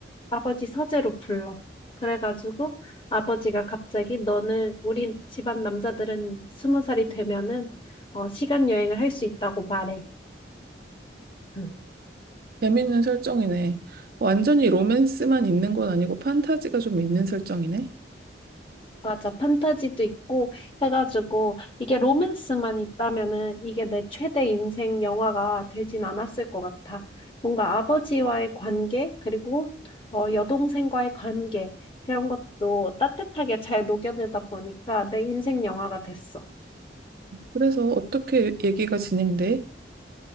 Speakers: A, on the left; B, on the right.
A: 아버지 서재로 불러. 그래가지고 아버지가 갑자기 너는 우리 집안 남자들은 스무 살이 되면은 어, 시간 여행을 할 수 있다고 말해. 응.
B: 재밌는 설정이네. 완전히 로맨스만 있는 건 아니고 판타지가 좀 있는 설정이네.
A: 맞아. 판타지도 있고 해가지고 이게 로맨스만 있다면은 이게 내 최대 인생 영화가 되진 않았을 것 같아. 뭔가 아버지와의 관계, 그리고 어, 여동생과의 관계, 그런 것도 따뜻하게 잘 녹여내다 보니까 내 인생 영화가 됐어.
B: 그래서 어떻게 얘기가 진행돼?